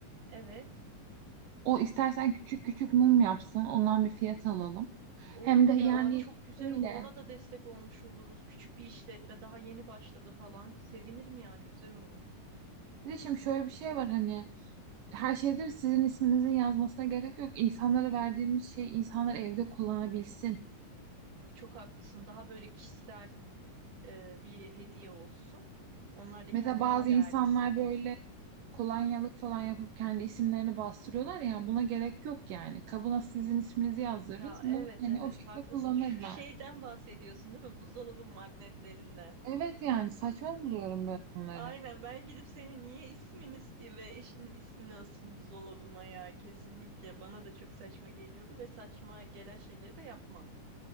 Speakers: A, on the right; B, on the right.
A: Evet.
B: O istersen küçük küçük mum yapsın. Ondan bir fiyat alalım.
A: Olur
B: Hem de yani
A: ya, çok güzel
B: şöyle.
A: olur. Ona da destek olmuş oluruz. Küçük bir işletme, daha yeni başladı falan. Sevinirim yani, güzel olur.
B: Bir de şimdi şöyle bir şey var hani her şeydir sizin isminizin yazmasına gerek yok. İnsanlara verdiğimiz şey insanlar evde kullanabilsin.
A: Çok haklısın. Daha böyle kişisel e, bir hediye olsun. Onlar da
B: Mesela
A: kendini
B: bazı
A: daha değerli
B: insanlar
A: hisseder.
B: böyle kolonyalık falan yapıp kendi isimlerini bastırıyorlar ya buna gerek yok yani. Kabına sizin isminizi yazdırırız.
A: Ya
B: Bunu
A: evet
B: hani
A: evet
B: o şekilde
A: haklısın.
B: kullanırlar.
A: Şu şeyden bahsediyorsun değil mi? Buzdolabı magnetlerinden.
B: Evet yani saçma buluyorum ben onları.
A: Aynen ben gidip senin niye ismini ve eşinin ismini asayım buzdolabıma ya kesinlikle. Bana da çok saçma geliyordu ve saçma gelen şeyleri de yapmam.